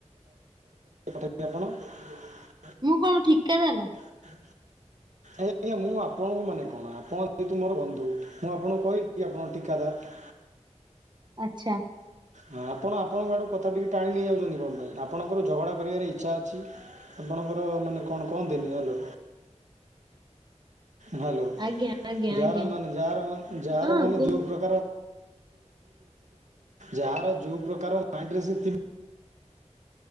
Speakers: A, on the right; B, on the right.
A: <unintelligible>
B: ମୁଁ କଣ ଠିକାଦାର?
A: ଆଜ୍ଞା, ଆଜ୍ଞା, ମୁଁ ଆପଣଙ୍କୁ ମାନେ କଣ, ଆପଣ ଯେହେତୁ ମୋର ବନ୍ଧୁ ମୁଁ ଆପଣଙ୍କୁ କହିଲି ଆପଣ ଠିକାଦାର?
B: ଆଛା।
A: ହଁ ଆପଣ ଆପଣଙ୍କ ଆଡ଼କୁ କଥା ଟିକିେ ଟାଣି ନେଇଯାଉଛନ୍ତି କଣ ପାଇଁ? ଆପଣଙ୍କର ଝଗଡ଼ା କରିବାର ଇଚ୍ଛା ଅଛି? ଆପଣଙ୍କର ମାନେ କଣ କହନ୍ତିନି? ହାଲୋ। ହ୍ୟାଲୋ
B: ଆଜ୍ଞା ଆଜ୍ଞା
A: ଯାହାର
B: ଆଜ୍ଞା
A: ମାନେ, ଯାହାର ମା, ଯାହାର
B: ହଁ
A: ମାନେ
B: କୁହନ୍ତୁ।
A: ଯଉ ପ୍ର ଥୁୁ ଯାହାର ଯୋଉ ପ୍ର <unintelligible>